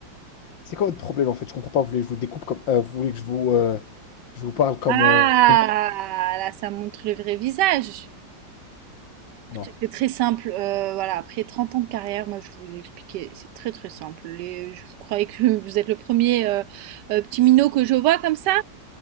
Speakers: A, on the left (about 80°); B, on the right (about 75°).
A: c'est quoi votre problème en fait? Je comprends pas, vous voulez que je vous découpe comme. euh, vous voulez que je vous. euh, je vous parle comme.
B: Ah,
A: euh,
B: là, ça montre le vrai visage. Écoutez,
A: Non.
B: c'est très simple. euh, voilà, après 30 ans de carrière, moi, je vous ai expliqué, c'est très très simple. Les, je vous croyais que <laughs> vous êtes le premier euh, euh, petit minot que je vois comme ça.